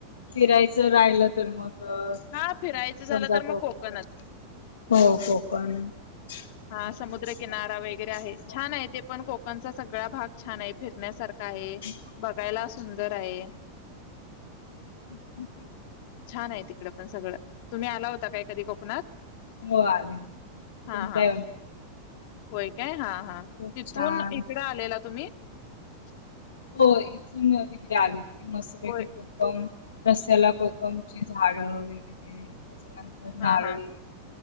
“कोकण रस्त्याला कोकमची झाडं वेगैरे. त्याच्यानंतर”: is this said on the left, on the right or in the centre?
Left